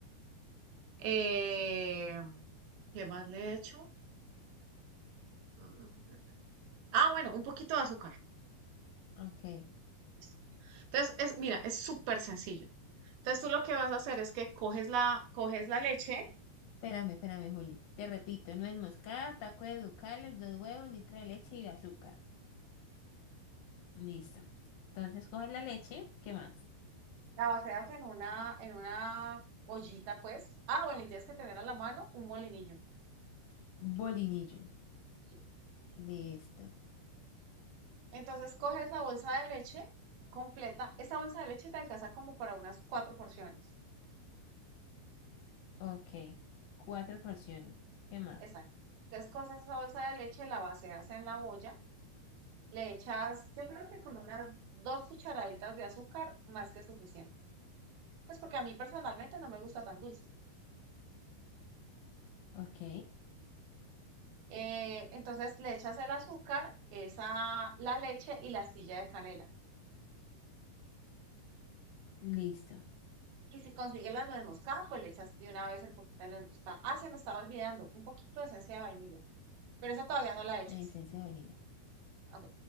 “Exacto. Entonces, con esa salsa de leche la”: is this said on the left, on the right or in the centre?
Right